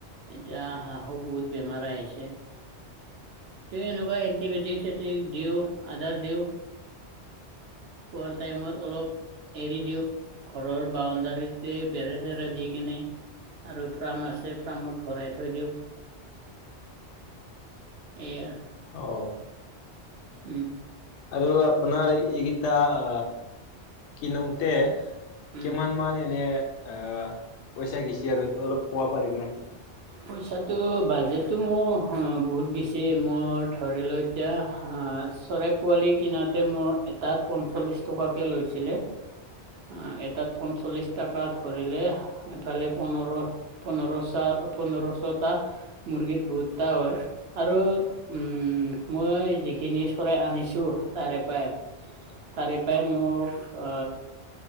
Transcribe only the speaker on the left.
<unintelligible> <inaudible>
অঁ।
আৰু আপোনাৰ এইকেইটাহ কিনওঁতে
কিমান মান এনে আহ পইচা গিচি আৰু এইটো অলপ কবা পাৰিবি নাকি?